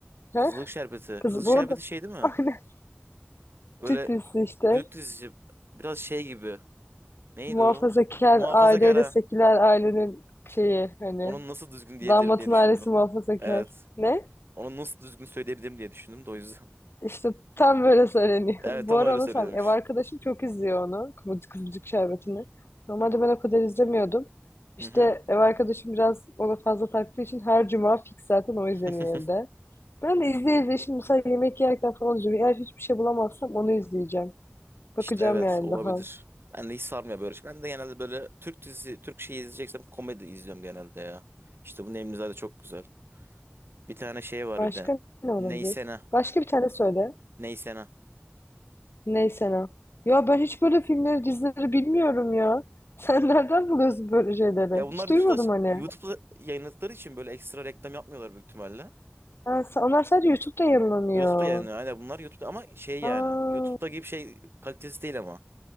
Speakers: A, on the left; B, on the right.
A: He?
B: Kızılık şerbeti.
A: Kız,
B: Kızılık
A: bu
B: şerbeti
A: arada
B: şey değil mi?
A: <laughs>
B: Böyle
A: Türk işte
B: Türk dizisi biraz şey gibi. Neydi
A: muhafazakar
B: o? Muhafazakar
A: aileyle seküler ailenin şeyi hani
B: Onun nasıl düzgün diyebilirim
A: damatın
B: diye düşündüm.
A: ailesi muhafazakar.
B: Evet.
A: Ne?
B: Onu nasıl düzgün söyleyebilirim diye düşündüm de o yüzden. <laughs>
A: İşte tam böyle söyleniyor.
B: Evet
A: <laughs>
B: tam
A: Bu ara
B: öyle
A: onu
B: söylüyormuş.
A: sen ev arkadaşım çok izliyor onu. Kıvırcık Kıvırcık Şerbeti'ni. Normalde ben o kadar izlemiyordum. İşte
B: Hı hı.
A: ev arkadaşım biraz ona fazla taktığı için her cuma fix zaten o izleniyor
B: <laughs>
A: evde. Ben de izleye izleye şimdi mesela yemek yerken falan izliyorum. Eğer hiçbir şey bulamazsam onu izleyeceğim.
B: İşte
A: Bakacağım
B: evet
A: yani
B: olabilir.
A: daha.
B: Ben de hiç sarmıyor böyle. şey. Ben de genelde böyle Türk dizisi, Türk şeyi izleyeceksem komedi izliyorum genelde ya. İşte bu Nemlizade çok güzel. Bir tane şey var
A: Başka
B: bir de.
A: ne olabilir?
B: Neysene.
A: Başka bir tane söyle.
B: Neysene.
A: Neyse ne. Ya ben hiç böyle filmleri, dizileri bilmiyorum ya. Sen <laughs> nereden buluyorsun böyle şeyleri?
B: Ya bunlar
A: Hiç
B: YouTube'da
A: duymadım hani.
B: YouTube'da yayınladıkları için böyle ekstra reklam yapmıyorlar büyük ihtimalle.
A: Ha, sa- onlar sadece YouTube'da yayınlanıyor.
B: YouTube'da yayınlıyor. Aynen bunlar YouTube'da ama şey
A: Aa,
B: yani. YouTube'da gibi şey kalitesi değil ama.